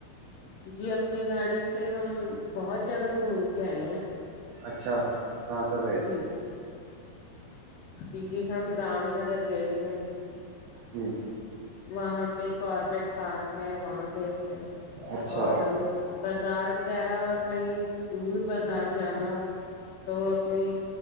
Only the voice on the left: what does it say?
جی اپنی گاڑی سے ہم بہت جگہ گھوم کے آئے ہیں
جی جی ہم رام نگر گئے تھے
وہاں پہ کاربٹ پارک ہے وہاں گئے تھے
اور بازار وغیرہ کہیں دور بازار جانا ہو تو وہ اپنی